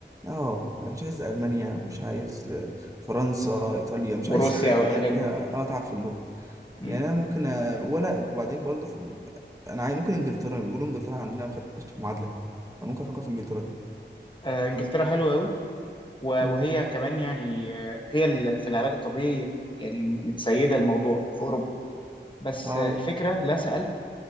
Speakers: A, on the right; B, on the left.
A: اه مش عايز المانيا مش عايز آه، فرنسا ايطاليا مش
B: وروسيا
A: عايز الحاجات
B: والحاجات
A: اللي هي فيها
B: دي
A: آه، اتعب في اللغه
B: مم.
A: يعني انا ممكن آه، ولا وبعدين برضو في انا عايز ممكن انجلترا بيقولوا انجلترا عندنا في معادله فممكن افكر في انجلترا دي
B: آه، انجلترا حلوه قوي وهي
A: مم.
B: كمان يعني آه، هي ال- في العلاج الطبيعي يعني متسيده الموضوع في اوروبا بس
A: اه
B: آه، الفكره لا سالت